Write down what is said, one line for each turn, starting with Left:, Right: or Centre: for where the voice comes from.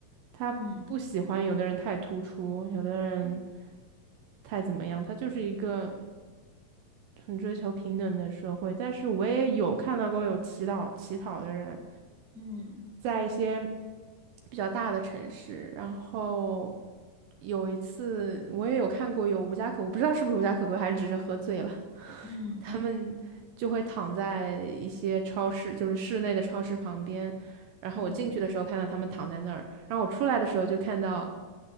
Right: 他不喜欢有的人太突出，
Centre: 嗯
Right: 有的人
Centre: 嗯
Right: 太怎么样，他就是一个。很追求平等的社会，但是我也有看到过有乞讨乞讨的人，
Centre: 嗯
Right: 在一些比较大的城市，然后有一次我也有看过有无家可我不知道是不是无家可归，还是只是喝醉了，<laughs>
Centre: 嗯。
Right: 他们就会躺在一些超市，就是室内的超市旁边，然后我进去的时候看到他们躺在那儿，
Centre: 嗯
Right: 然后我出来的时候就看到